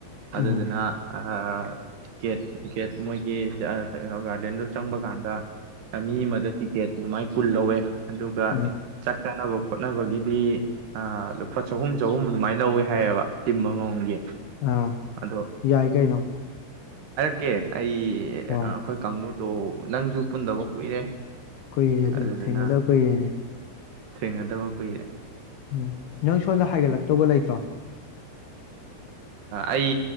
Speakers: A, on the left; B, on the right.
A: ꯎꯝ
B: ꯑꯗꯨꯗꯨꯅ ꯑ ꯒꯦꯠ ꯒꯦꯠ ꯃꯣꯏꯒꯤ ꯒꯥꯔꯗꯦꯟꯗꯣ ꯆꯪꯕ ꯀꯥꯟꯗ ꯃꯤ ꯑꯃꯗ ꯇꯤꯛꯀꯦꯠ ꯑꯗꯨꯃꯥꯏ ꯀꯨꯜ ꯂꯧꯋꯦ ꯑꯗꯨꯒ
A: ꯑꯥ
B: ꯆꯥꯛ ꯆꯥꯅꯕ ꯈꯣꯠꯅꯕꯒꯤꯗꯤ ꯂꯨꯄꯥ ꯆꯍꯨꯝ ꯆꯍꯨꯝ ꯑꯗꯨꯃꯥꯏꯅ ꯂꯧꯋꯦ ꯍꯥꯏꯌꯦꯕ ꯇꯤꯝ ꯑꯃꯃꯝꯒꯤ
A: ꯑꯥ
B: ꯑꯗꯣ
A: ꯌꯥꯏ ꯀꯩꯅꯣ
B: ꯀꯦ ꯑꯩ
A: ꯍꯣꯏ
B: ꯑꯩꯈꯣꯏ ꯀꯥꯡꯕꯨ ꯇꯣ ꯅꯪꯖꯨ ꯄꯨꯟꯗꯕ ꯀꯨꯏꯔꯦ
A: ꯀꯨꯏꯔꯦ ꯑꯗꯨ
B: ꯑꯗꯨꯗꯨꯅ
A: ꯊꯦꯡꯅꯗꯕ ꯀꯨꯏꯔꯦꯅꯦ
B: ꯊꯦꯡꯅꯗꯕ ꯈꯨꯏꯔꯦ
A: ꯎꯝ ꯅꯪ ꯁꯣꯝꯗ ꯍꯥꯏꯒꯠꯂꯛꯇꯧꯒ ꯂꯩꯇ꯭ꯔꯣ
B: ꯑꯩ